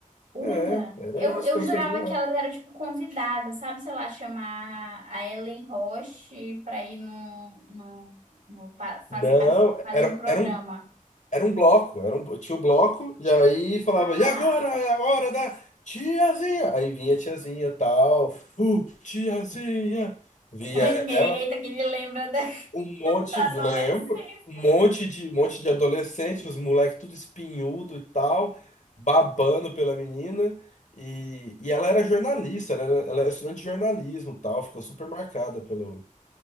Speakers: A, on the right; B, on the left.
A: Olha,
B: é, era
A: eu,
B: isso
A: eu
B: que elas
A: jurava
B: faziam lá.
A: que elas eram, tipo, convidadas, sabe? Sei lá, chamar a Ellen Roche pra ir no, no, no pa- fazer,
B: Não,
A: parte- fazer
B: era,
A: um programa.
B: era um, era um bloco, era um, tinha um bloco, e aí falava,
A: Ah,
B: e agora é a hora da tiazinha! Aí vinha a tiazinha, tal, uh, tiazinha! Vinha
A: <laughs> eita,
B: ela.
A: que me lembra da <laughs>
B: Um monte,
A: da
B: lembro,
A: adolescência.
B: um monte de, um monte de adolescente, os moleques tudo espinhudo e tal, babando pela menina. E, e ela era jornalista, ela era, ela era estudante de jornalismo, e tal, ficou super marcada pelo,